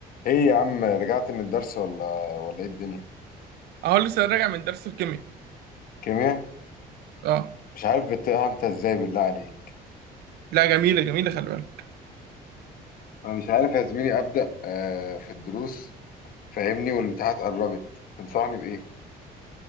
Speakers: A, on the left (about 60°); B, on the right (about 70°).
A: ايه يا عم رجعت من الدرس ولا ولا ايه الدنيا
B: اهو لسه راجع من درس الكيمياء
A: كيمياء
B: اه
A: مش عارف بتقع انت ازاي بالله عليك
B: لا جميلة جميلة خلي بالك
A: انا مش عارف يا زميلي ابدا آه في الدروس فاهمني والامتحانات قربت تنصحني بايه